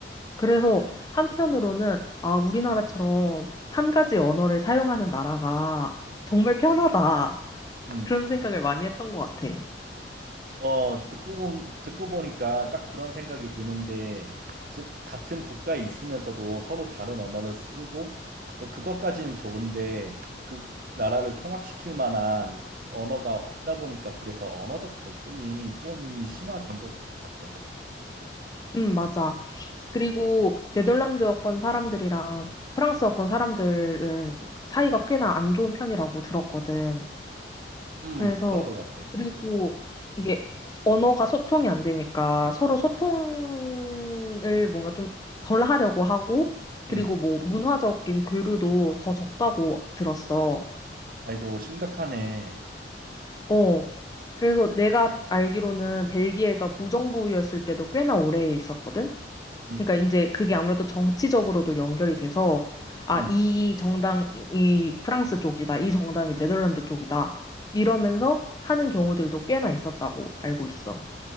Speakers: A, on the left (about 20°); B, on the right (about 50°).
A: 그래서 한편으로는 아, 우리나라처럼 한 가지 언어를 사용하는 나라가 정말 편하다.
B: 음.
A: 그런 생각을 많이 했던 것 같아.
B: 어, 듣고 보, 듣고 보니까 딱 그런 생각이 드는데, 즉, 같은 국가에 있으면서도 서로 다른 언어를 쓰고, 그것까지는 좋은데, 그 나라를 통합시킬 만한 언어가 없다 보니까, 그래서 언어적 갈등이 좀 심화된 것 같아.
A: 음, 맞아. 그리고 네덜란드어권 사람들이랑 프랑스어권 사람들은 사이가 꽤나 안 좋은 편이라고 들었거든.
B: 음,
A: 그래서
B: 그런 것 같아.
A: 그리고 이게 언어가 소통이 안 되니까 서로 소통을 뭔가 좀 덜 하려고 하고 그리고
B: 음.
A: 뭐 문화적인 교류도 더 적다고 들었어.
B: 아이고, 심각하네.
A: 어, 그래서 내가 알기로는 벨기에가 무정부였을 때도 꽤나 오래 있었거든?
B: 음,
A: 그러니까 이제 그게 아무래도 정치적으로도 연결이 돼서, 아,
B: 음,
A: 이 정당이 프랑스 쪽이다, 이 정당이 네덜란드 쪽이다, 이러면서 하는 경우들도 꽤나 있었다고 알고 있어.